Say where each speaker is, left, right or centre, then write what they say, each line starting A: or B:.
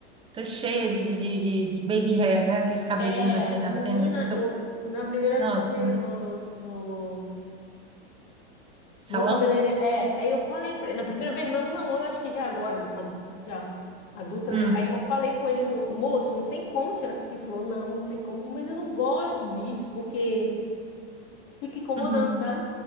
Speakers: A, on the right; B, on the left.
A: Tô cheia de, de, de, de de baby hair, né? Aqueles cabelinhos
B: É,
A: assim
B: menina,
A: nascendo, porque
B: eu
A: eu...
B: na primeira
A: Nossa,
B: vez que eu fui no, no
A: salão?
B: No cabeleireiro, é, aí eu falei pra ele, na primeira vez, não, não, eu acho que já agora, a- já, adulta, né?
A: Hum,
B: Aí eu falei com ele, no- moço, não tem como tirar isso aqui. Ele falou, não, não tem como, mas eu não gosto disso, porque fica incomodando,
A: uhum.
B: sabe?